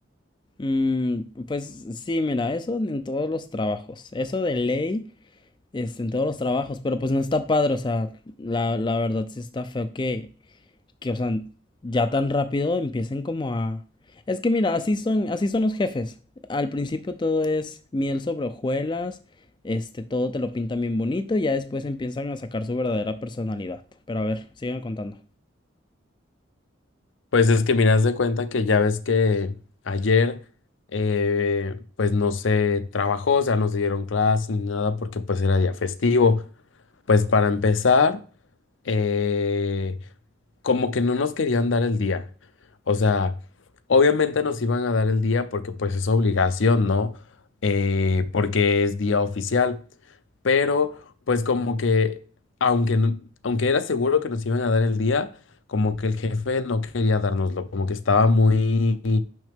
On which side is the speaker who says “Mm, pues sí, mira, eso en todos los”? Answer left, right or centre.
Left